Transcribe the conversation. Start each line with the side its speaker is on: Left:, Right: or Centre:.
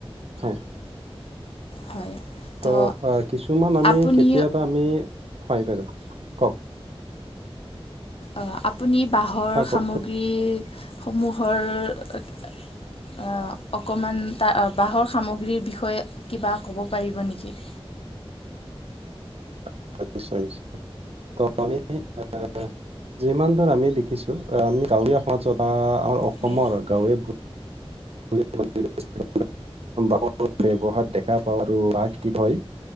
Right: হয়।
Left: হয়। তো
Right: অ', আ, কিছুমান আমি
Left: আপুনি
Right: কেতিয়াবা আমি, হয় বাইদেউ। কওক
Left: আ আপুনি বাঁহৰ
Right: হয় কওকচোন
Left: সামগ্ৰীসমূহৰ আ অকণমানটা বাঁহৰ সামগ্ৰীৰ বিষয়ে কিবা ক'ব পাৰিব নেকি?
Right: <unintelligible> ত' আমি এ যিমান দূৰ আমি দেখিছো আমি গাঁৱলীয়া মাজত আ আমাৰ অসমৰ
Left: হয়
Right: গাঁৱে <unintelligible> ব্যৱহাৰ দেখা পাওঁ। আৰু বাঁহ খেতি হয়।